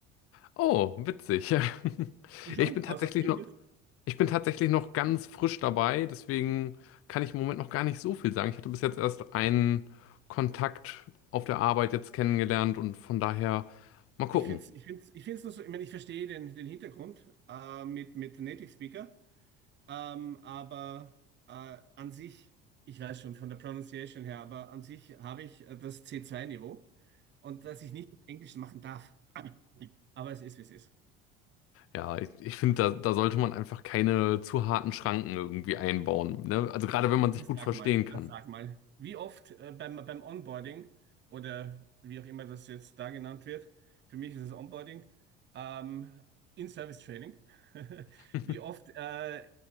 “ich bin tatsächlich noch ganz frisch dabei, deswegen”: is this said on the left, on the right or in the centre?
Left